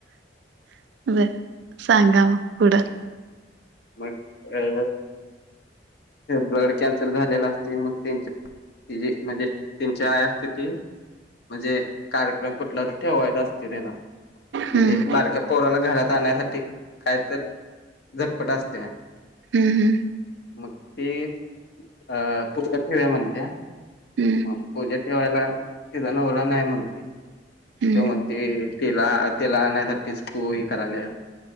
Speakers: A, on the right (about 65°); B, on the left (about 60°).
A: बर सांगा म पुढं
B: मग अ ब्लड कॅन्सर झालेला असतय, मग ते तिजी म्हणजे त्येनची आई असते ती म्हणजे कार्यक्रम कुठला तर ठेवायचा असतय त्येला म्हणजे
A: हम्म
B: बारका पोराला घरात आणण्यासाठी काय तर, झटपट असतीया
A: हम् हम्.
B: मग ती अ <unintelligible> ठेव्या म्हणत्या
A: हम्म
B: मग पूजा ठेवायला तिजा नवरा नाही म्हणतोय ते
A: हम्म
B: मग ते तिला, तेला आणण्यासाठीच तू हे कराल्यास